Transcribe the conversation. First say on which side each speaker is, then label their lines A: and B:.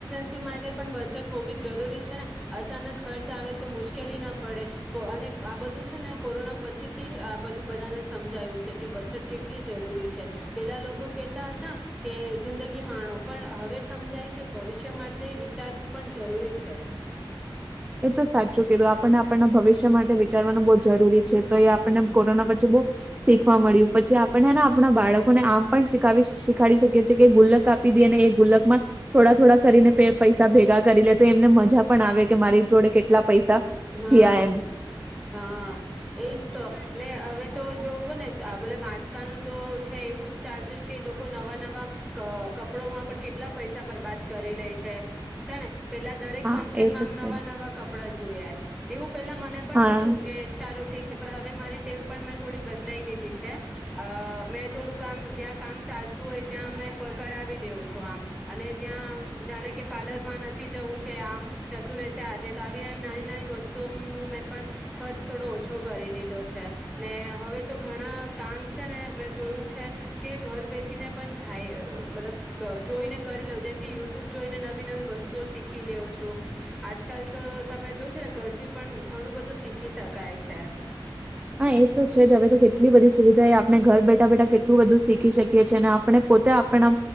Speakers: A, in the centre; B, on the right.
A: <inaudible> માટે પણ બચત હોવી જરૂરી છે ને અચાનક ખર્ચ આવે તો મુશ્કેલી ના પડે અને આ બધું છે ને કોરોના પછી. થી જ આ બધું બધાને સમજાયું છે કે બચત કેટલી જરૂરી છે પેલા લોકો કેહેતા હતા કે જિંદગી માણો પણ હવે સમજાય કે ભવિષ્ય માટે વિચારવું પણ જરૂરી છે.
B: એ તો સાચું કીધું આપણને આપણના ભવિષ્ય માટે વિચારવાનું બ. જરૂરી છે. તો એ આપણને
A: હમ
B: કોરોના પછી બહ શીખવા મળ્યું પછી આપણનેને આપણા બાળકોને આમ. પણ શીખાવીશ. શીખાડી શકીકે છેએ કે ગુલ્લક આપી દે અને એ ગુલ્લકમાં થોડા થોડા કરીને પૈસા ભેગા કરી લે તો એમને મજા પણ આવે કે મારી જોડે કેટલા પૈસા
A: હા
B: થયા એમ
A: હા એજ તો ને હવે તો જોવું ને મતલબ આજકાલનું તો છે એવું જ ચાલતું કે લોકો નવા નવા કપડોમાં પણ કેટલા પૈસા બરબાદ કરી લે છે છે ને. પેલા દરેક
B: હા
A: ફંક્શનમાં
B: એ તો
A: આમ નવા
B: છે જ
A: નવા કપડા જોયા. એવું પેલા મને પણ
B: હા
A: હતું કે ચાલો ઠીક હવે મારી ટીમ પણ મેં થોડી બદલાઈ દીધી છે અ મેં થોડું કામ જ્યાં કામ ચાલતું હોય ત્યાં મે કરાવી દેઉ છું આમ અને જ્યાં જાણે કે પાર્લરમાં નથી જવું છે આમ જતું રહેશે આજે તો આવી આવી નાની નાની વસ્તુઓનું મેં પણ ખર્ચ થોડો ઓછો કરી દીધો છે ને હવે તો ઘણા કામ છે ને મેં જોયું છે કે ઘર બેસીને પણ થાય મતલબ જોઈને કરી લે જેમ કે યુટ્યુબ જોઈને નવી નવી વસ્તુઓ શીખી લઉં છું આજ. કાલ તો તમે જો છો ને ઘર થી પણ ઘણું બધું શીખી શકાય છે.
B: હા એ તો છે જ હવે તો કેટલી બધી સુવિધા એ આપણે ઘર બેઠા બેઠા કેટલા એલું બધું શીખી શકીએ છીએ અને આપણે પોતે આપણા